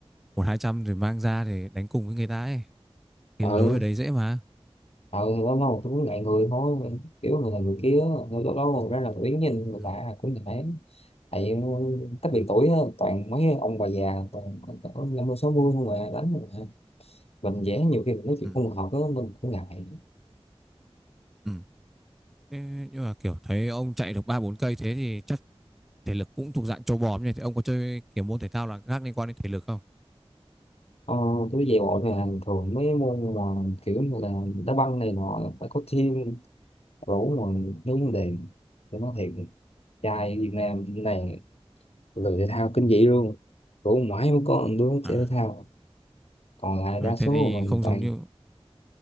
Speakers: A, in the centre; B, on the left.
A: một hai trăm rồi mang ra để đánh cùng với người ta ấy. Thì
B: ừ
A: đấu ở đấy dễ mà.
B: ừ thì lâu lâu tôi cũng ngại người thôi kiểu người này người kia lâu lâu lâu ra là tôi đứng nhìn người
A: Ừ,
B: lạ cũng ngại tại cách
A: ừ,
B: biệt tuổi á, toàn mấy ông bà già toàn toàn năm mươi sáu mươi không à đánh không à mình vẽ nhiều khi mình nói chuyện
A: ừ,
B: không hợp á mình cũng ngại
A: ừ. Thế nhưng mà kiểu thấy ông chạy được ba bốn cây thế thì chắc thể lực cũng thuộc dạng trâu bò nhỉ? Thì ông có chơi kiểu môn thể thao là khác liên quan đến thể lực không?
B: ờ, tôi về bộ thì là thường mấy môn mà kiểu như là đá banh này nọ phải có team rủ mà mấy vấn đề tôi nói thiệt trai Việt Nam này lười thể thao kinh dị luôn rủ mãi mới có một đứa
A: À,
B: chơi thể thao còn lại
A: à
B: đa số
A: thế thì
B: mình
A: không
B: toàn
A: giống như